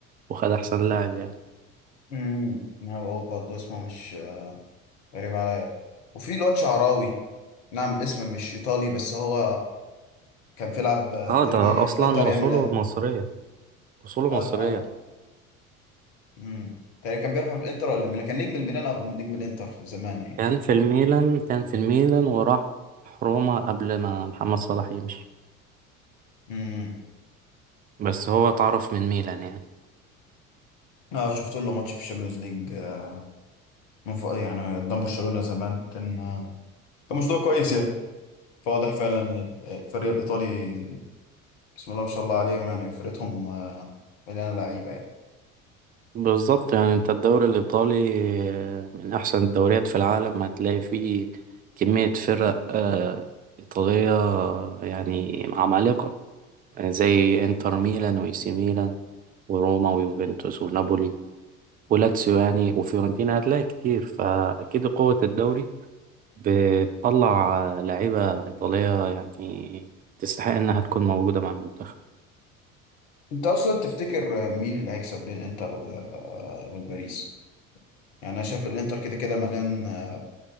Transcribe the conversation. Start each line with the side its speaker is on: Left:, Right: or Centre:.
Right: وخد احسن لاعب يعني
Left: امم انا بقول برضه اسمه مش غريب عليا وفي الواد شعراوي نعم الاسم مش ايطالي بس هو كان بيلعب آه،
Right: اه
Left: تقريبا
Right: ده
Left: يا
Right: اصلا
Left: في انتر يا
Right: اصوله
Left: ميلان
Right: مصريه أصوله
Left: اه
Right: مصرية
Left: اه امم تقريبا كان بيلعب في الانتر ولا ميلان كان نجم الميلان او نجم الانتر في زمان يعني
Right: كان في الميلان كان في الميلان وراح روما قبل ما محمد صلاح يمشي
Left: امم
Right: بس هو اتعرف من ميلان يعني
Left: اه شفت له ماتش في الشامبيونز ليج آه، من فوق يعني قدام برشلونه زمان كان آه، كان مستوى كويس يعني فواضح فعلا إن الفريق الإيطالي بسم الله ما شاء الله عليهم يعني فرقتهم آه، مليانة لعيبة يعني
Right: بالظبط يعني انت الدوري الإيطالي آه، من أحسن الدوريات في العالم هتلاقي فيه كمية فرق آه، إيطالية آه، يعني عمالقة آه، زي إنتر ميلان وإي سي ميلان وروما ويوفنتوس ونابولي ولاتسيو يعني وفيورنتينا هتلاقي كتير فأكيد قوة الدوري بتطلع لعيبة إيطالية يعني تستحق إنها تكون موجودة مع المنتخب
Left: أنت أصلا تفتكر آه، مين اللي هيكسب بين إنتر و- آه، والباريس؟ يعني أنا شايف الإنتر كده كده مليان آه،